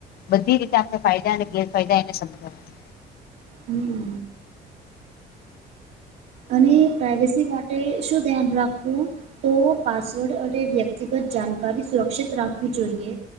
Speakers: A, on the left; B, on the right.
A: બધી રીતે આપડે ફાયદા અને ગેરફાયદા એને સમજાવા
B: હમ. અને પ્રાઇવેસી માટે શું ધ્યાન રાખવું? તો પાસવર્ડ અને વ્યક્તિગત જાનકારી સુરક્ષિત રાખવી જોઈએ.